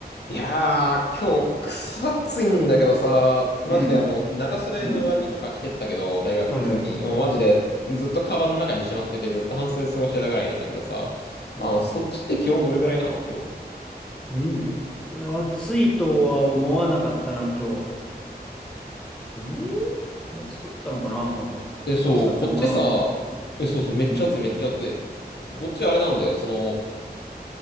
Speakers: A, on the left; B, in the centre.
A: いやー、今日、くそ暑いんだけどさ、マジであの、
B: うん。
A: 長袖の上着とか着てったけど、
B: ん
A: 大学に行くときに、
B: はいはい。
A: もうマジで、ずっとカバンの中にしまってて、ずっと半袖で過ごしてたぐらいなんだけどさ、
B: うん。
A: あの、そっちって気温どれぐらいなの、今日。
B: に、暑いとは思わなかったな、今日。えー、暑かったのかな <laughs>
A: え、そう、
B: 暑かったのかなって感じだけど。
A: こっちさ、え、そうそう、めっちゃ暑い、
B: うん。
A: めっちゃ暑い。こっちあれなんだよ、その、